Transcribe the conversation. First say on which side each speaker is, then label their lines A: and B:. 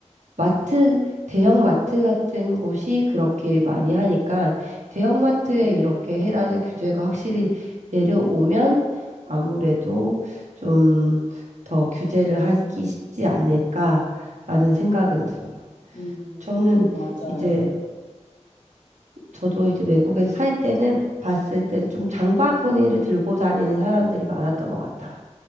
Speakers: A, on the right (about 80°); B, on the left (about 85°).
A: 마트, 대형마트 같은 곳이 그렇게 많이 하니까 대형마트에
B: 네,
A: 이렇게 해라는 규제가 확실히 내려오면 아무래도 좀 더 규제를 하기 쉽지 않을까라는 생각은 들어요.
B: 음,
A: 저는
B: 맞아요.
A: 이제 저도 이제 외국에서 살 때는 봤을 때는 좀 장바구니를 들고 다니는 사람들이 많았던 것 같아요.